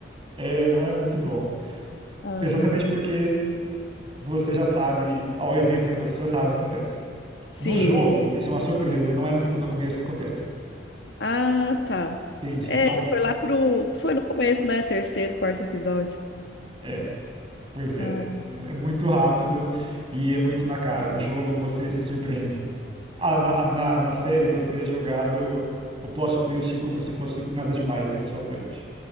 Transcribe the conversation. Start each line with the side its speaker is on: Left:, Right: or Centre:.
Right: é, não é muito bom.
Left: Ah,
Right: Exatamente porque você já sabe, ao exemplo é que você já sabe o que acontece.
Left: sim.
Right: No jogo, isso é uma surpresa, não é no, no começo que acontece.
Left: Ah, tá.
Right: Entende?
Left: É,
Right: Então,
Left: foi lá pro. Foi no começo, né? Terceiro, quarto episódio.
Right: é, pois é.
Left: Ah.
Right: É muito rápido e é muito na cara. No jogo você se surpreende. Ah, na, ah, na, na série você é jogado o plot twist como se fosse nada demais na sua frente.